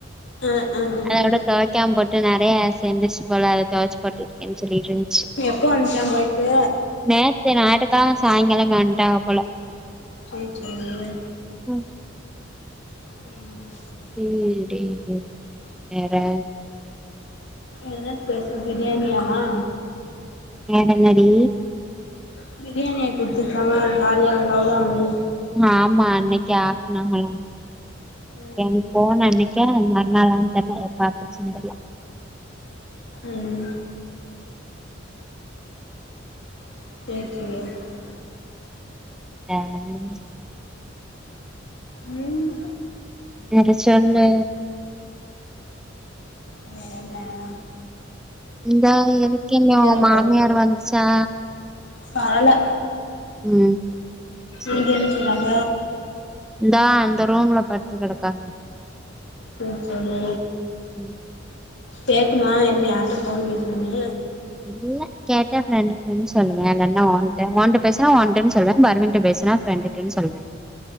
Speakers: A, on the left; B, in the centre.
A: ஆ ஆ ம்
B: அதோட தொவைக்காம போ ட நெறைய சேந்துருச்சு போல அத துவச்சுப் போட்டுட்ருக்கேனு சொல்லிட்டு இருந்
A: எப்போ வந்துச்சா போயிட்டு
B: நேத்து நாட்டுகாளோ சாய்ங்காளோ வண்டாங்க போல
A: செரி செரி
B: ம்
A: ம்
B: திண்டே இரு வேற
A: என்ன ஸ்பெஷல் பிரியாணியாமா
B: வேற என்னாடி
A: பிரியாணியா குடுத்துக்காங்க காலிய்டு அவ்ளோதா நீ
B: ஆமா அன்னைக்கு ஆக்குனாங்களா
A: ம்
B: என் போனனைக்கா மறுநாளானு தெர்ல பாத்துச்சு நிம்மதியா
A: ம் <unintelligible>
B: டாங்
A: ம்
B: வேற சொல்லு
A: வேறென்ன
B: இந்தா இருக்கேமே ஓ
A: எங்க
B: மாமியார் வந்துச்சா
A: வரல
B: ம் சேரி
A: இங்க என்ன செய்வாக
B: இந்தா அந்த ரூம்ல படுத்து கெடக்கா
A: செர்ச் செரி
B: ம்
A: கேக்குமா என் யார்ட்ட போன் பேசுவனு
B: இல்ல கேட்ட ஃப்ரெண்டுட்டனு சொல்லுவே இல்லனா உன்ட உன்ட பேசுனா உன்டனு சொல்வே பர்வீன்ட பேசுனா ஃப்ரெண்டுட்டனு சொல்வே